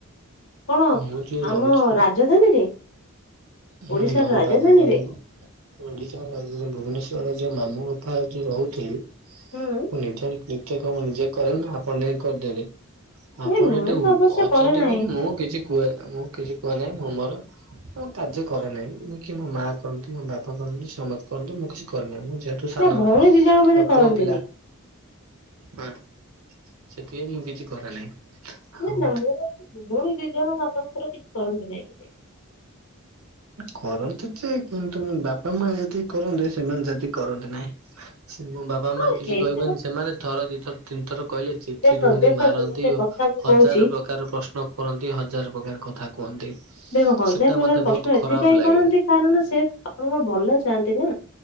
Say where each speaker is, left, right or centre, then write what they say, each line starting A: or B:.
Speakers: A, on the left; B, on the right.
A: କଣ
B: ମୁଁ ଯୋଉ ରହୁଛି
A: ଆମ ରାଜଧାନୀରେ।
B: ହୁଁ
A: ଓଡିଶାର
B: ଆମର
A: ରାଜଧାନୀରେ
B: ରାଜଧାନୀ ଓଡିଶା ରାଜଧାନୀ ଭୁବନେଶ୍ଵର ରେ। ଯ ମାମୁଙ୍କ ପାଖରେ ରହୁଥିଲି
A: ହୁଁ
B: ନିଜରତେ କାମ ନିଜେ କରେ ନା ଆପଣ ଯ କରିଦେଲେ। ଆପଣ
A: ନାଇଁ ମୁଁ
B: ଏଠି
A: ତ ଅବଶ୍ୟ
B: ଅଛନ୍ତି
A: କରେ ନାହିଁ
B: ବୋଲି ମୁଁ କିଛି କୁହେନା ମୁଁ କିଛି। କୁହ ନହିଁ ମୁଁ ମୋର। କାର୍ଯ୍ୟ କରେ ନାହିଁ ମୁଁ କି ମୋ ମା କରନ୍ତୁ ମୋ ବାପା କରନ୍ତୁ ସମସ୍ତେ କରନ୍ତୁ ମୁଁ କିଛି କରେ ନାହିଁ ମୁଁ। ଯେହେତୁ ସାନ
A: ନା ଭଉଣୀ ଦି ଜଣ ବୋଧେ
B: ଆଉ
A: କରନ୍ତିନି
B: ପୁଅ ପିଲା ହଁ। ସେଥିପାଇଁ ମୁଁ କିଛି କରେ ନାହିଁ। ଆଉ
A: ନା ନା ମୁଁଛି ଘୁଛି। ଆପଣଙ୍କର କିଛି କରନ୍ତି ନାହିଁ ବୋଧେ।
B: କରନ୍ତି ଯେ କିନ୍ତୁ ମୋ ବାପା ମା ଯଦି କରନ୍ତୁ ସେମାନେ ଯଦି କରନ୍ତି ନାହିଁ। ମୋ ବାପା
A: ହଁ
B: ମା କିଛି
A: ହେଇଥିବ
B: କହିବେନି ସେମାନେ ଥର ଦିଥର ତିନିଥର। କହିଲେ ଚିଡଚିଡ୍
A: ଦେଖ
B: ହୁଅନ୍ତି
A: ଦେଖନ୍ତୁ
B: ମାରନ୍ତି
A: ଗୋଟେ କଥା ମୁଁ
B: ହଜାର
A: କହୁଛି
B: ପ୍ରକାର ପ୍ରଶ୍ନ କରନ୍ତି ହଜାର ପ୍ରକାର କଥା କୁହନ୍ତି।
A: ଦେଖ ହଁ
B: ସେଟା
A: ଯା ପ୍ରକାର
B: ମତେ
A: ପ୍ରଶ୍ନ
B: ବହୁତ
A: ଏଥିପାଇଁ
B: ଖରାପ ଲାଗେ
A: କରନ୍ତି କାରଣ ସେ ଆପଣଙ୍କ ଭଲ ଚାହାନ୍ତି ନା।